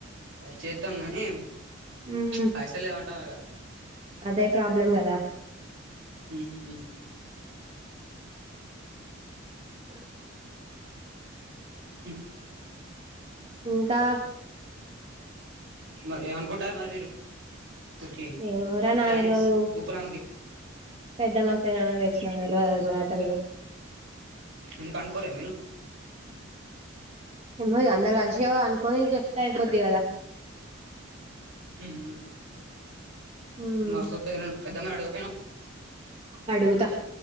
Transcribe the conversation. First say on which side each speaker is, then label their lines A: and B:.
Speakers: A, on the right; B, on the right.
A: అదే చెత్తమ్ గాని
B: ఉమ్,
A: ప్చ్ పైసలు లేవంటారుగా
B: అదే ప్రాబ్లం గదా
A: ఉ హు
B: అ
A: హు
B: ఇంకా
A: మరి ఏమనుకుంటారు మరి మీరు అసలుకి
B: ఏమోరా
A: ఈ
B: నాక్
A: ప్లానింగ్స్
B: తెల్వదు
A: ఉప్పలమ్మకి
B: పెద్దమ్మకు పెద్దనానకు తెలుసు నాక్ తెల్ అది మ్యాటర్ ఇగ
A: ఎందుకు అనుకోలే మీరు
B: ఏమో ఇగ అందరు కలిసి అనుకొని చెప్తే అయిపోద్ది గదా
A: ఊ ఉ
B: ఉమ్,
A: మరి ఒకసారి పెద్దనాన్న పెద్దమ్మ అడుగకపోయినవ్
B: అడుగుతా